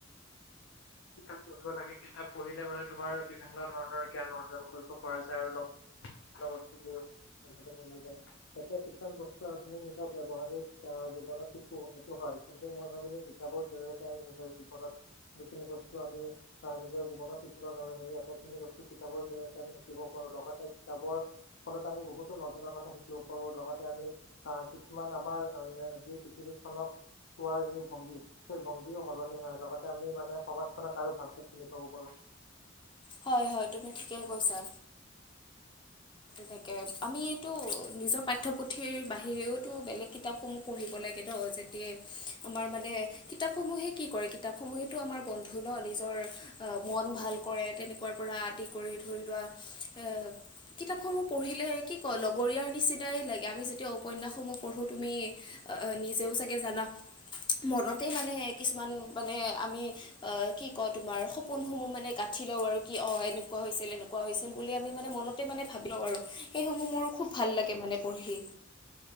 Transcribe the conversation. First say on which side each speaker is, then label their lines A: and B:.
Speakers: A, on the left (about 75°); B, on the left (about 25°).
A: কিতাপ পঢ়িব লাগে কিতাপ পঢ়িলে মানে তোমাৰ বিভিন্ন ধৰণৰ জ্ঞান অৰ্জন কৰিব পৰা যায় আৰু লগ। <unintelligible> তেনে কৈকো ওলাই যায় এতিয়া কিছুমান বস্তু আমি নিজৰ ব্যৱহাৰিক জীৱনত শিকো এইটো হয়। কিন্তু মই ভাবো যে কিতাপৰ জৰিয়তে আমি নিজৰ জীৱনত যিখিনি বস্তু। আমি আহ নিজৰ জীৱনত শিকিব নোৱাৰো সেই আটাইখিনি বস্তু কিতাপৰ জৰিয়তে আমি শিকিব পাৰো লগতে। যাবৰ ফলত আমি বহুতো নজনা কথা শিকিব পাৰো লগতে আমি আহ কিছুমান আমাৰ। যি পৃথিৱী খনক পোৱাৰ যি ভংগী সেই ভংগী। ও সলনি হয় লগতে আমি মানে সমাজখনক আৰু ভালকে চিনি পাব পাৰো।
B: হয় হয় তুমি ঠিকে কৈছা। কৈক আমি এইটো নিজৰ পাঠ্যপুথিৰ। সেইয়ওতো বেলেগ কিতাপসমূহ। পঢ়িব লাগে দ যেতি আমাৰ মানে কিতাপ সমূহে কি কৰে কিতাপ। সময়তো আমাৰ বন্ধু ন নিজৰ অ মন ভাল কৰে। তেনেকুৱাৰ পৰা আদি কৰি ধৰি লোৱা এ। কিতাপ সমূহ পঢ়িলে কি ক লগৰীয়াৰ নিচিনাই লাগে আমি যেতিয়া উপন্যাসসমূহ পঢ়ো তুমি। অ নিজেও চাগে জান। মনতে মানে কিছুমান মানে আমি আহ কি ক তোমাৰ সপোনসমূহ মানে গ। উঠি লওঁ আৰু কি অঁ এনেকুৱা হৈছিল এনেকুৱা হৈছিল বুলি আমি মানে মনতে মানে ভাব লওঁ আৰু সেইসমূহ মোৰ খুব। ভাল লাগে মানে পঢ়ি্